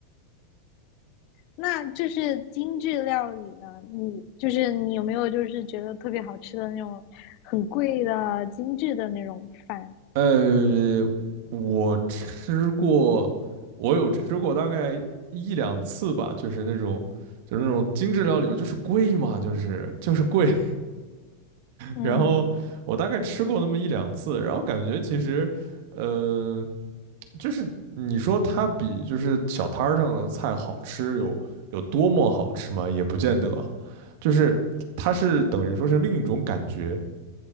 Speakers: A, on the left; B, on the right.
A: 那就是精致料理呢？你就是你有没有就是觉得特别好吃的那种很贵的精致的那种饭？
B: 呃，我吃过，我有吃过大概一两次吧，就是那种就是那种精致料理，就是贵嘛，就是就是贵，
A: 嗯，
B: 然后我大概吃过那么一两次，然后感觉其实，呃，就是你说它比就是小摊儿上的菜好吃有有多么好吃吗？也不见得，就是它是等于说是另一种感觉。